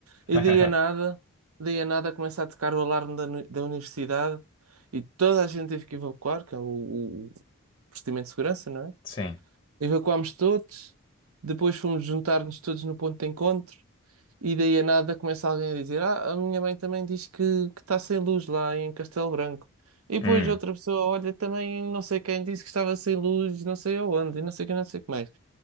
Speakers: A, on the right; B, on the left.
A: E
B: <laughs>
A: daí a nada, daí a nada começa a tocar o alarme da, nu- da universidade e toda a gente teve que evacuar, que é o o procedimento de segurança, não é?
B: Sim.
A: Evacuámos todos, depois fomos juntar-nos todos no ponto de encontro, e daí a nada começa alguém a dizer: Ah, a minha mãe também diz que que está sem luz lá em Castelo Branco. E depois
B: Hum,
A: outra pessoa, olha, também não sei quem disse que estava sem luz, não sei aonde, e não sei o que, não sei o que mais.